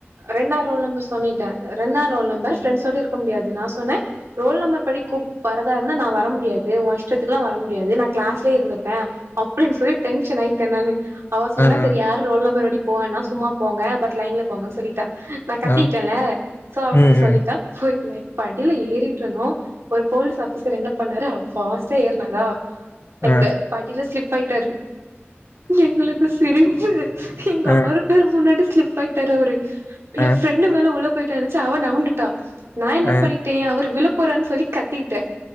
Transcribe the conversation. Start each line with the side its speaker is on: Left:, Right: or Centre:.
Right: ரெண்டா ரோல் நம்பர் சொன்னிட்ட ரெண்டா ரோல் நம்பர் பிரண்ட்ஸோட இருக்க முடியாது நா சொன்னே ரோல் நம்பர் படி கூப் வரதா இருந்தா நா வர முடியாது ஒ இஷ் ஷ்டத்துக்கில்லா வர முடியாது நா கிளாஸ்லே இருந்துப்பே அப்டின்னு சொல்லி டென்ஷன் ஆயிட்ட நானு அவ சொன்னா
Left: ஆ ஆ
Right: சரி யாரு ரோல் நம்பர் படி போ வேண்டா சும்மா போங்க பட் லைன்ல போங்கன்னு சொல்லிட்டா நா கத்திட்டேன்ல
Left: ஆ
Right: சோ அப்டி
Left: ம்
Right: சொல்லிட்டா
Left: ம்
Right: போய் லைக் படில ஏறிட்ருந்தோ ஒரு போலீஸ் ஆஃபீசர் என்ன பண்ணாரு ஃபாஸ்ட்டா ஏற்னாரா லைக்கு
Left: ஆ
Right: படில ஸ்லிப் ஆயிட்டாரு எங்களுக்கு சிரிப்பு எங்க
Left: ஆ
Right: ஆறு பேரு முன்னாடி ஸ்லிப் ஆயிட்டாரு அவரு
Left: ஆ
Right: எ ஃப்ரெண்டு மேல உள போயிட்டாருந்துச்சி அவ நவுண்டுட்டா நா என்ன
Left: ஆ
Right: பண்ணிட்டே அவரு விழ போறார்ன் சொல்லி கத்திக்கிட்டே